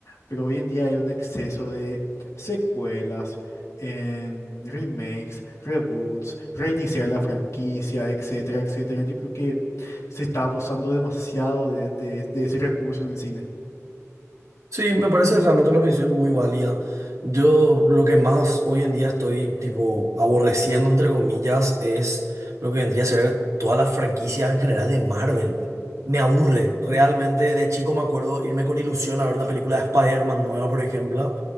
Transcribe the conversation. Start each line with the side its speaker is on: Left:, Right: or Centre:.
Left: pero hoy en día hay un exceso de secuelas, en remakes, reboots, reiniciar la franquicia, etcétera, etcétera. Yo creo que se está abusando demasiado de, de de ese recurso en el cine.
Right: Sí, me parece realmente una visión muy válida. Yo lo que más hoy en día estoy tipo aborreciendo, entre comillas, es lo que vendría a ser todas las franquicias en general de Marvel. Me aburre. Realmente de chico me acuerdo irme con ilusión a ver la película de Spider-Man nueva, por ejemplo,